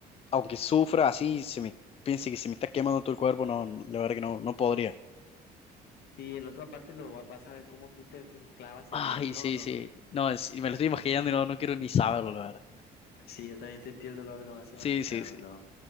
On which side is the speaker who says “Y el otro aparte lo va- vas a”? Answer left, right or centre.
Left